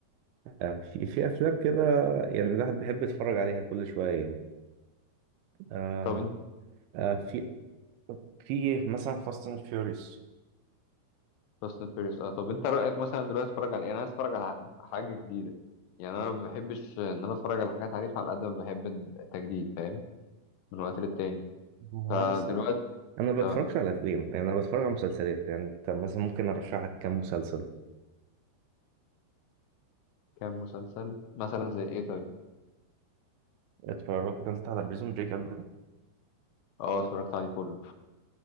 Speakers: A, on the right (about 80°); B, on the left (about 85°).
A: آه في في افلام كده يعني الواحد بيحب يتفرج عليها كل شويه يعني آه
B: طب انت
A: آه في في مثلا فاست اند فيوريوس
B: فاست اند فيوريوس اه طب انت رايك مثلا دلوقتي اتفرج على ايه انا عايز اتفرج على حاجه جديده يعني انا ما بحبش ان انا اتفرج على حاجات عارفها على قد ما بحب التجديد فاهم من وقت للتاني
A: ما
B: فدلوقتي
A: انا صراحة- انا ما
B: اه
A: بتفرجش على افلام يعني انا بتفرج على مسلسلات يعني انت مثلا ممكن ارشح لك كام مسلسل
B: كام مسلسل مثلا زي ايه طيب
A: اتفرجت انت على بريزون بريك قبل كده
B: اه اتفرجت عليه كله